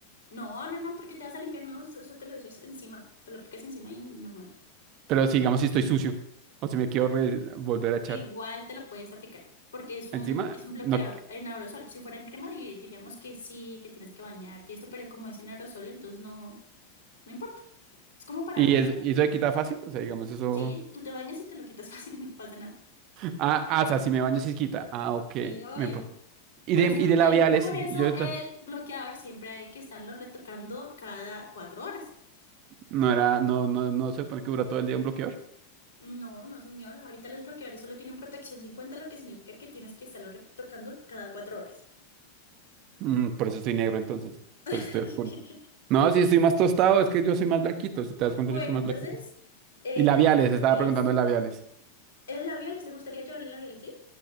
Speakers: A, on the left (about 65°); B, on the right (about 40°).
A: No, no, no, porque te vas a limpiar, no, eso eso te lo dices encima. Te lo aplicas encima y normal.
B: Pero si, digamos, si estoy sucio o si me quiero re- volver a echar
A: Igual te lo puedes aplicar, porque es un,
B: encima,
A: es un bloqueador
B: no.
A: en aerosol. Si fuera en crema, di- diríamos que sí, que tienes que bañarte y esto, pero como es en aerosol, entonces no, no importa. Es como para
B: Y,
A: retocar.
B: es, y eso se quita fácil, o sea, digamos, eso.
A: Sí, tú te bañas y te lo quitas <laughs> fácil, no pasa nada.
B: Ah, ah, o sea, si me baño, sí se quita. Ah, ok.
A: Sí, obvio.
B: Me... pa- Y
A: Por
B: de,
A: eso
B: y de labiales,
A: el, por eso
B: yo esta-
A: el bloqueador siempre hay que estarlo retocando cada cuatro horas.
B: no era, no, no, no se supone que dura todo el día un bloqueador.
A: No, no, señora. Ahorita los bloqueadores solo tienen protección 50 lo que significa que tienes que estarlo retocando cada cuatro horas.
B: Mm, por eso estoy negro, entonces, pues
A: <laughs>
B: estoy oscuro. No, si estoy más tostado, es que yo soy más blanquito. Si te das cuenta,
A: Bueno,
B: yo soy más
A: entonces
B: blanquito.
A: eh,
B: Y labiales,
A: ya tenemos
B: estaba
A: lo que
B: preguntando
A: es.
B: de labiales.
A: El labiales, ¿te gustaría llevarle labiales, sí?